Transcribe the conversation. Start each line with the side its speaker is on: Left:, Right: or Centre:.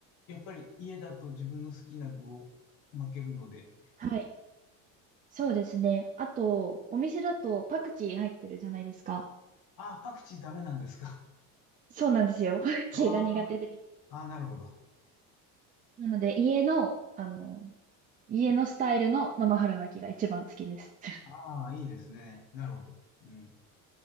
Left: やっぱり家だと自分の好きな具を巻けるので。
Right: はい。そうですね。あと、お店だとパクチー入ってるじゃないですか。
Left: ああ、パクチーダメなんですか。
Right: そうなんですよ。パクチーが苦手で。
Left: ああ。ああ、なるほど。
Right: なので、家の、あの、家のスタイルの生春巻きが一番好きです。<laughs>
Left: ああ、いいですね。なるほど。うん。